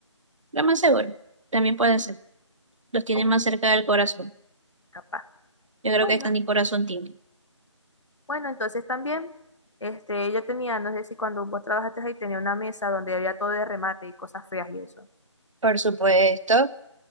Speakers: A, on the right; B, on the left.
A: Lo más seguro. También puede ser. Los tiene
B: Oh,
A: más cerca del corazón.
B: capaz.
A: Yo creo
B: Bueno,
A: que esta ni corazón tiene.
B: bueno, entonces también, este, ella tenía, no sé si cuando vos trabajaste ahí, tenía una mesa donde había todo de remate y cosas feas y eso.
A: Por supuesto.